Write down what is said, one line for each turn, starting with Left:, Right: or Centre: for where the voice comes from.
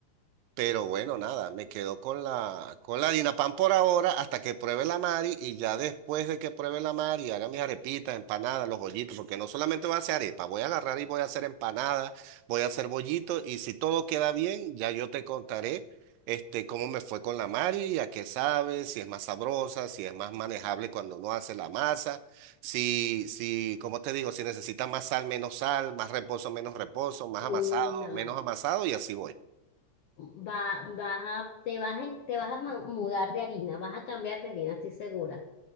Right: Pero bueno, nada, me quedo con la, con la Pan por ahora hasta que pruebe la Mari y ya después de que pruebe la Mari haga mis arepitas, empanadas, los bollitos, porque no solamente voy a hacer arepa, voy a agarrar y voy a hacer empanadas, voy a hacer bollitos y si todo queda bien, ya yo te contaré este, cómo me fue con la Mari, a qué sabe, si es más sabrosa, si es más manejable cuando uno hace la masa, si, si, como te digo, si necesita más sal, menos sal, más reposo, menos reposo, más
Left: Mm,
Right: amasado,
Left: No,
Right: menos amasado y así voy.
Left: va, vas a, te vas, en- te vas a ma- mudar de harina, vas a cambiar de harina, estoy segura.